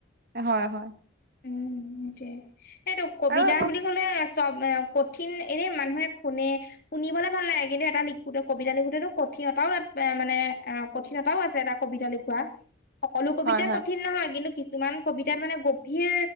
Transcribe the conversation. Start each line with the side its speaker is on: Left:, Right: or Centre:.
Right: হয় হয়
Left: উম, সেইটোয়ে এইটো কবিতা
Right: আৰু এইবোৰ
Left: বুলি ক'লে চব কঠিন এনে মানুহে শুনে শুনিবলৈ ভাল লাগে, কিন্তু এটা লিখোতে কবিতা লিখোতেটো কঠিন এটাও তাত এ মানে কঠিনতাও আছে এটা কবিতা লিখোৱা, সকলো কবিতাই
Right: হয় হয়
Left: কঠিন নহয় কিন্তু কিছুমান কবিতাত মানে গভীৰ